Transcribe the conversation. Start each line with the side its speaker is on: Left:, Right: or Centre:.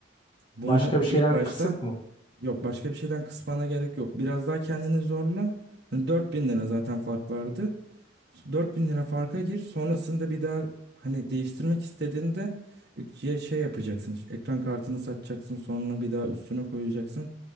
Right: Bunu
Left: Başka bir şeyden
Right: ilk başta
Left: kısıp mı?
Right: Yok başka bir şeyden kısmana gerek yok. Biraz daha kendini zorla. Hani dört bin lira zaten fark vardı. 4000 lira farka gir. Sonrasında bir daha hani değiştirmek istediğinde ikiye şey yapacaksın. İşte ekran kartını satacaksın. Sonra bir daha üstüne koyacaksın.